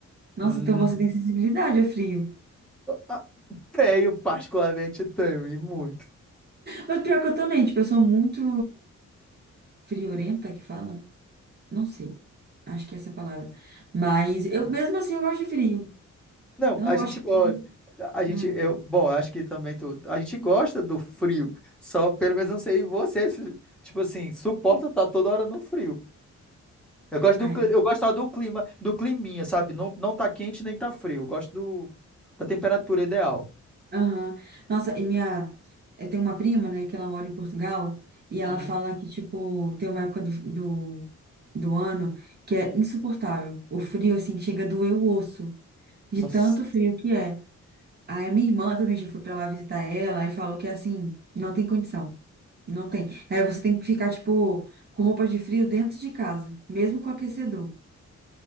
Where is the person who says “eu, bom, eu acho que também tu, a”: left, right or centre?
Centre